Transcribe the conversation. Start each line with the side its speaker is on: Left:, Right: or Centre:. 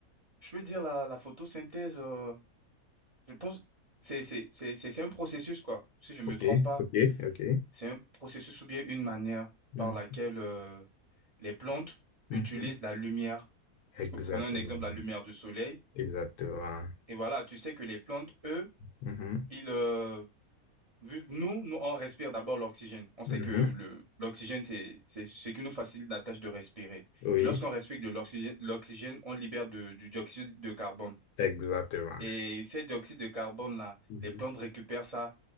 Right: je peux dire la, la photosynthèse, euh, je pense, c'est, c'est, c'est, c'est c'est un processus, quoi. Si je ne me
Left: Ok,
Right: trompe pas,
Left: ok, ok.
Right: c'est un processus ou bien une manière
Left: Mhm,
Right: par laquelle euh, les plantes
Left: mhm.
Right: utilisent la lumière
Left: Exactement,
Right: Prenons un exemple, la lumière du soleil.
Left: exactement.
Right: Et voilà, tu sais que les plantes, eux,
Left: Mhm,
Right: ils, euh, vu- nous, nous, on respire d'abord l'oxygène. On sait
Left: mhm,
Right: que
Left: mhm.
Right: le, l'oxygène, c'est, c'est ce qui nous facilite la tâche de respirer.
Left: Oui,
Right: Et lorsqu'on respire de l'oxygène, l'oxygène, on libère de- du dioxyde de carbone.
Left: exactement.
Right: Et ces dioxyde de carbone-là,
Left: Mhm,
Right: les plantes récupèrent ça